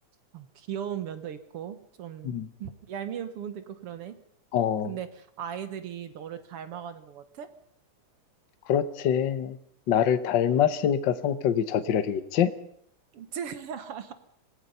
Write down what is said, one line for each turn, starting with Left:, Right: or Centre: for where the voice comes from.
Right: 어, 귀여운 면도 있고, 좀
Left: 음.
Right: <laughs> 얄미운 부분도 있고 그러네.
Left: 어,
Right: 근데 아이들이 너를 닮아가는 것 같아?
Left: 그렇지. 나를 닮았으니까 성격이 저지랄이겠지?
Right: <laughs>